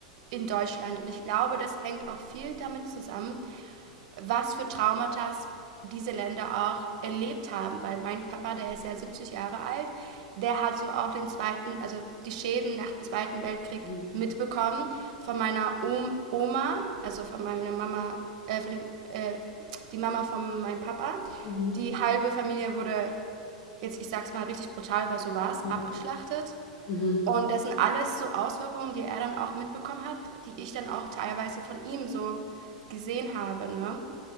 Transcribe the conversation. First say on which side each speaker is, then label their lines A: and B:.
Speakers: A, on the right; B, on the left.
A: in Deutschland und ich glaube, das hängt auch viel damit zusammen, was für Traumata diese Länder auch erlebt haben, weil mein Papa, der ist ja 70 Jahre alt, der hat so auch den zweiten, also die Schäden nach dem Zweiten Weltkrieg
B: Mhm.
A: mitbekommen von meiner Oma, also von meiner Mama, äh, von dem, äh, die Mama von meinem Papa.
B: Mhm.
A: Die halbe Familie wurde, jetzt ich sag's mal richtig brutal, aber so war's,
B: Ja.
A: abgeschlachtet.
B: Mhm.
A: Und das sind alles so Auswirkungen, die er dann auch mitbekommen hat, die ich dann auch teilweise von ihm so gesehen habe. Ne?